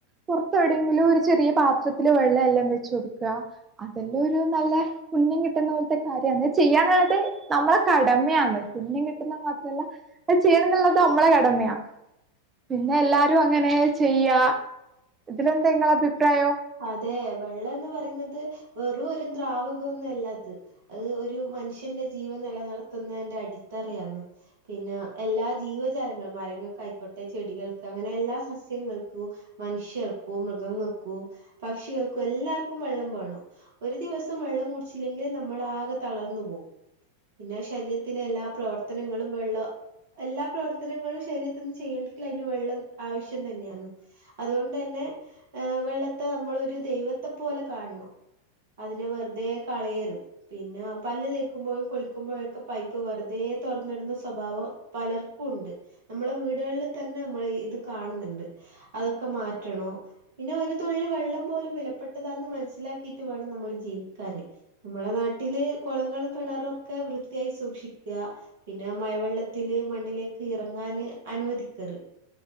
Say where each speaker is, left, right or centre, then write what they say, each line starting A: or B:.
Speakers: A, on the right; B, on the right.
A: പുറത്തെ എവിടെയെങ്കിലും ഒരു ചെറിയ പാത്രത്തില് വെള്ളം എല്ലാം വെച് കൊടുക്ക അതെല്ലാം ഒരു നല്ല പുണ്യം കിട്ടുന്ന പോലത്തെ കാര്യാണ് ചെയ്യാനുള്ളത് നമ്മളെ കടമയാണ് പുണ്യം കിട്ടുന്ന മാത്രല്ല അത് ചെയ്യണം എന്നുള്ളത് നമ്മളെ കടമയാ പിന്നെ എല്ലാരും അങ്ങനെ ചെയ്യാ ഇതിലന്തെങ്ങള അഭിപ്രായോ
B: അതെ വെള്ളം എന്ന് പറയുന്നത് വെറും ഒരു ദ്രാവക ഒന്നും അല്ല അത് അത് ഒരു മനുഷ്യന്റെ ജീവൻ നെലനിർത്തുന്നതിന്റെ അടിത്തറിയാണ് പിന്നെ എല്ലാ ജീവജാലങ്ങളും മരങ്ങൾക്കയിക്കോട്ടെ ചെടികൾക്ക് അങ്ങനെ എല്ലാ സസ്യങ്ങൾക്കും മനുഷ്യർക്കും മൃഗങ്ങൾക്കും പക്ഷികൾക്കും എല്ലാർക്കും വെള്ളം വേണം ഒരു ദിവസം വെള്ളം കുടിച്ചില്ലെങ്കിൽ നമ്മൾ ആകെ തളർന്നു പോവും പിന്നെ ശരീരത്തി ത്തിലെ എല്ലാ പ്രവർത്തനങ്ങളും വെള്ള എല്ലാ പ്രവർത്തനങ്ങളും ശരീരത്തിന്ന് ചെയ്യേണ്ടെങ്ക അതിന് വെള്ളം ആവശ്യം തന്നെയാണ്. അതുകൊണ്ടെ ന്നെ ഹ് വെള്ള നമ്മള് ഒര് ദൈവത്തെ പോലെ കാണ് ണൊ. അതിനെ വെറ്തേ കളയ ര്ത് പിന്നെ പല്ല് തേക്കുമ്പോഴും കുളിക്കുമ്പോഴൊക്കെ പൈപ്പ് വെറുതെ തൊറന്നിടുന്ന സ്വഭാവൊ പലർക്കൂണ്ട്. നമ്മളെ വീടുകളിൽ തന്നെ നമ്മള് ഇത് കാണുന്നുണ്ട് അതൊക്കെ മാറ്റണോ പിന്നെ ഒരു തുള്ളി വെള്ളം പോലും വിലപ്പെട്ടതാന്ന് മനസ്സിലാക്കിയിട്ട് വേണം നമ്മൾ ജീവിക്കാന് നമ്മളെ നാട്ടില് കൊളങ്ങളും കെണറൊക്കെ വൃത്തിയായി സൂക്ഷിക്ക പിന്നെ മഴവെള്ളത്തില് മണ്ണിലേക്ക് ഇറങ്ങാന് അനുവദിക്കറ്